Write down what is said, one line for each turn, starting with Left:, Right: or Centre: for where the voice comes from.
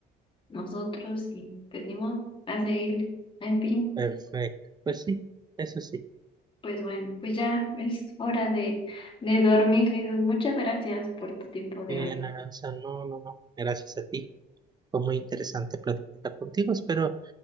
Left: nosotros y pues ni modo, a seguir. En fin,
Right: Perfecto. Pues sí, eso sí.
Left: pues bueno, pues ya es hora de, de dormir, Jesús. Muchas gracias por tu tiempo de
Right: Bien,
Left: hoy.
Right: Aranza. No, no, no. Gracias a ti. Fue muy interesante platicar contigo. Espero